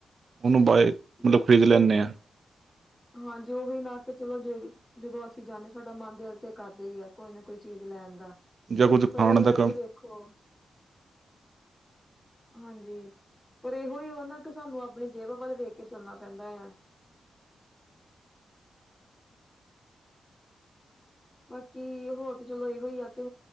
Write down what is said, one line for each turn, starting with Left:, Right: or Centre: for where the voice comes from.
Right: ਓਨੂੰ ਬਾਏ
Left: ਬਿਲਕੁਲ
Right: ਮਤਲਬ ਖਰੀਦ ਲੈਂਦੇ
Left: ਹੈ--ਹਾਂਜੀ
Right: ਹਾਂ
Left: ਉਹ ਵੀ ਨਾ ਕੇ ਚਲੋ ਜੇ ਜਦੋਂ ਅਸੀਂ ਜਾਂਦੇ ਸਾਡਾ ਮਨ ਦਿਲ ਤੇ ਕਰਦੇ ਹੀ ਹੈ, ਕੋਈ ਨਾ ਕੋਈ ਚੀਜ਼ ਲੈਣ ਦਾ
Right: ਜਾਂ ਕੁੱਝ
Left: ਪਰ
Right: ਖਾਣ
Left: ਏ, ਆ
Right: ਦਾ
Left: ਕੇ
Right: ਕੰਮ
Left: ਵੇਖੋ ਹਾਂਜੀ, ਪਰ ਇਹੋ ਹੀ ਓਨਾ ਕਿ ਸਾਨੂੰ ਆਪਣੀ ਜੇਬ ਵੱਲ ਵੇਖ ਕੇ ਚੱਲਣਾ ਪੈਂਦਾ ਆ ਬਾਕੀ--ਹੋਰ ਤਾਂ ਚਲੋ ਇਹੋ ਹੀ ਆ ਕਿ,